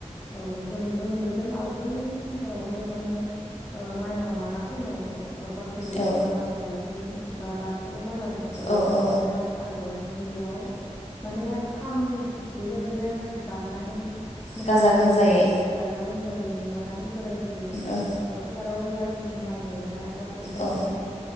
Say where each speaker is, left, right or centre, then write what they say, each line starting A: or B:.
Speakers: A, on the left; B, on the left.
A: औ जों नुनो मोनबोदों आवगोल नि समफोरावहाय माने ओ माइनाव लाना फैनायाव बाख्रियाव
B: औ
A: जेब्ला माइनाव सफैगोन बा बाथौनि माइनाव ओ
B: औ औ
A: जोंमायनाव जाखौ गायफिनगोन बेयाव माने खाममै बेबायदिनो दामनानै मोसायै
B: गाजा गोमजायै
A: मुसुरै गाजा गोमजायै रंजानानै बोराय बुरै
B: औ
A: फोथाराव जाखिनि माइ गायग्रा गासैबो
B: औ
A: माने